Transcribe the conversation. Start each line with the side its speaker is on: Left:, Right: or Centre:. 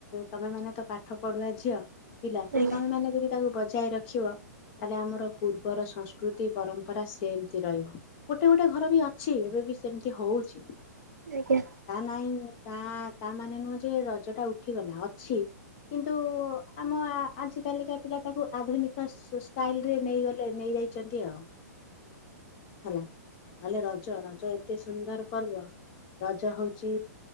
Left: ତମେ ମାନେ ତ ପାଠ ପଢୁଆ ଝିଅ ପିଲା ସେ
Right: ଆଜ୍ଞା
Left: ତମେ ମାନେ ଯଦି ତାକୁ ବଜାୟ ର ଦେଖିବ ତାହେଲେ ଆମର ପୂର୍ବର ସଂସ୍କୃତି ପରମ୍ପରା ସେମତି ରହିବ। ଗୋଟେ ଗୋଟେ ଘର ବି ଅଛି ଏବେ ବି ସେମିତି ହଉଛି।
Right: ଆଜ୍ଞା। ଆଜ୍ଞା।
Left: ତା ନାଇଁ ତା ତାମାନେ ନୁହେଁ ଯେ ରଜଟା ଉଠିଗଲା ଅଛି। କିନ୍ତୁ ଆମ ଆଜିକାଲିକା ପିଲାତାକୁ ଆଧୁନିକ ଷ୍ଟାଇଲରେ ନେଇଗଲେ ନେଇଯାଇ। ଯଦି ଆଉ ହେଲା ନହେଲେ ରଜରଜ ଏତେସୁନ୍ଦର ପର୍ବ ରଜ ହଉ ଉଛି